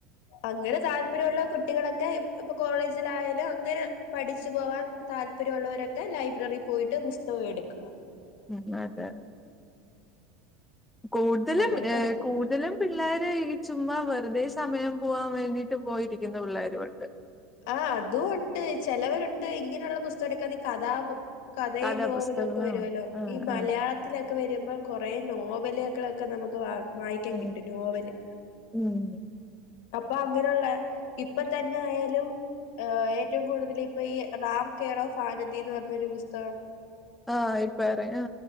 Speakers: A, on the left; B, in the centre.
A: അങ്ങനെ താല്പര്യമുള്ള കുട്ടികളൊക്കെ ഇപ്പൊ കോളേജ് ലായാലും അങ്ങനെ പഠിച്ചു പോകൻ താല്പര്യമ ഉുള്ളവരൊക്കെ ലൈബ്രറിൽ പോയിട്ട് പുസ്തകം എടുക്കും
B: ഉം അതെ കൂടുതലും
A: അങ്ങനെ
B: ഏഹ്
A: പഠിക്കും
B: കൂടുതലും പിള്ളേര് ഈ ചുമ്മ വെറുതെ സമയം പോവാൻ വേണ്ടിട്ട് പോയിരിക്കുന്ന പിള്ളേരുംണ്ട്
A: ആഹ് അതും ഉണ്ട് ചെിലവരുണ്ട് ഇങ്ങനെയുള്ള പുസ്തകം എടുക്കെ അത് കഥാപ കഥയും
B: കഥാപുസ്തകങ്ങളാണ്
A: നോവലും ഒക്കെ വരുവല്ലോ
B: ആ
A: ഈ മലയാളത്തി
B: ആ
A: ത്തിലൊക്കെ വരുമ്പോ കൊറേ നോവലുകളൊക്കെ നമുക്ക് വാ വായിക്കാൻ
B: ആ
A: കിട്ടും നോവല്
B: ഉം
A: അപ്പോ അങ്ങനുള്ള ഇപ്പ തന്നെ ആയാലും ഏഹ് ഏറ്റവും കൂടുതല് ഇപ്പ ഈ റാം കെയർ ഓഫ് ആനന്ദി എന്ന് പറഞ്ഞൊരു പുസ്തകം
B: ആ ഇപ്പ ഇറ ആ